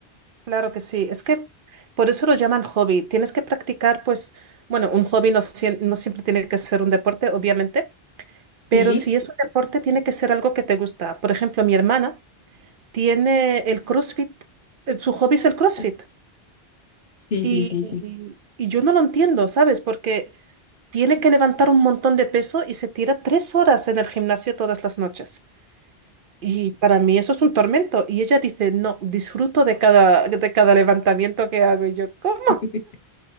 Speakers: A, on the right; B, on the left.
A: Claro que sí, es que por eso lo llaman hobby. Tienes que practicar, pues, bueno, un hobby no, sien- no siempre tiene que ser un deporte, obviamente, pero
B: Sí,
A: si es un deporte, tiene que ser algo que te gusta. Por ejemplo, mi hermana. tiene el CrossFit, eh, su hobby es el CrossFit.
B: u- sí,
A: Y,
B: sí, sí, sí.
A: y- y yo no lo entiendo, ¿sabes? Porque tiene que levantar un montón de peso y se tira tres horas en el gimnasio todas las noches. Y para mí eso es un tormento. Y ella dice, no, disfruto de cada, de cada levantamiento que hago. Y yo, ¿cómo?
B: <laughs>